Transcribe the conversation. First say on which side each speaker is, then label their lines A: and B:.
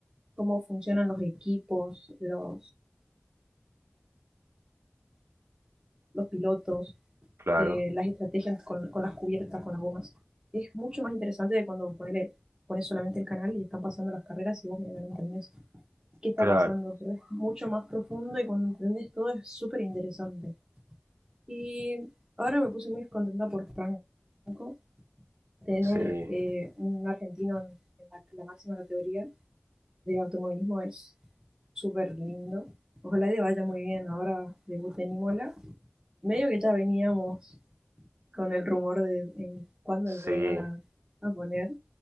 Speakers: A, on the right (about 15°); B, on the right (about 75°).
A: cómo funcionan los equipos, los, los pilotos,
B: Claro,
A: eh, las estrategias con, con las cubiertas, con las gomas, es mucho más interesante de cuando ponele, pones solamente el canal y están pasando las carreras y vos medio que no entendés. qué está
B: claro,
A: pasando, pero es mucho más profundo y cuando entendés todo es súper interesante. Y ahora me puse muy contenta por Franco, tener
B: sí,
A: eh, un argentino en la, en la máxima categoría de automovilismo es súper lindo. Ojalá le vaya muy bien ahora debut en Imola. Medio que ya veníamos con el rumor de en cuándo
B: sí.
A: lo iban a, a poner,